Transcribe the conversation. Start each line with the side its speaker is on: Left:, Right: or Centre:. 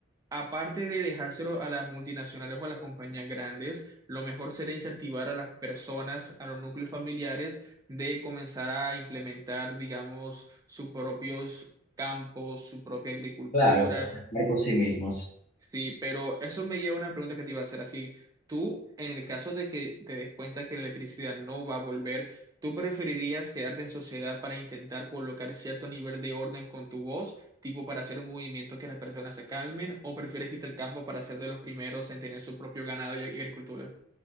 Right: Aparte de dejárselo a las multinacionales o a las compañías grandes, lo mejor sería incentivar a las personas, a los núcleos familiares, de comenzar a implementar, digamos, sus propios campos, su propia agricultura,
Left: Claro, cosechar por sí mismos.
Right: Sí, pero eso me lleva a una pregunta que te iba a hacer. Así, tú, en el caso de que te des cuenta que la electricidad no va a volver, ¿tú preferirías quedarte en sociedad para intentar colocar cierto nivel de orden con tu voz, tipo para hacer un movimiento que las personas se calmen, o prefieres irte al campo para ser de los primeros en tener su propio ganado y y agricultura?